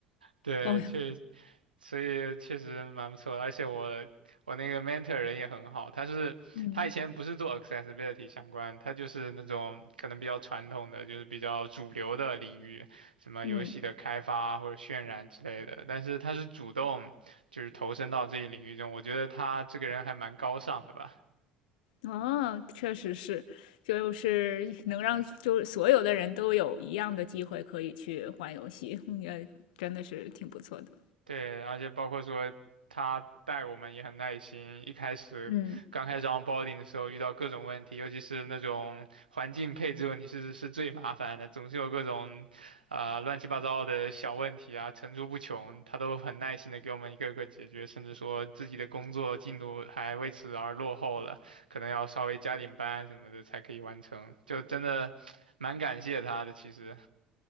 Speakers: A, on the right (about 85°); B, on the left (about 65°).
A: 对，
B: 哦，
A: 确，实，所以确实蛮不错的，而且我我那个 mentor 人也很好，他是他以前不是做
B: 嗯
A: accessibility 相关，他就是那种可能比较传统的，就是比较主流的领域，什么游戏的开发或者渲染之类的，
B: 嗯，
A: 但是他是主动。就是投身到这一领域中，我觉得他这个人还蛮高尚的吧。
B: 哦，确实是，就是能让就是所有的人都有一样的机会可以去玩游戏，也真的是挺不错的。
A: 对，而且包括说他带我们也很耐心，一开始刚开始
B: 嗯。
A: onboarding 的时候遇到各种问题，尤其是那种环境配置问题是是最麻烦的，总是有各种啊、呃乱七八糟的小问题啊层出不穷，他都很耐心的给我们一个个解决，甚至说自己的工作进度还为此而落后了，可能要稍微加点班什么的才可以完成，就真的蛮感谢他的，其实。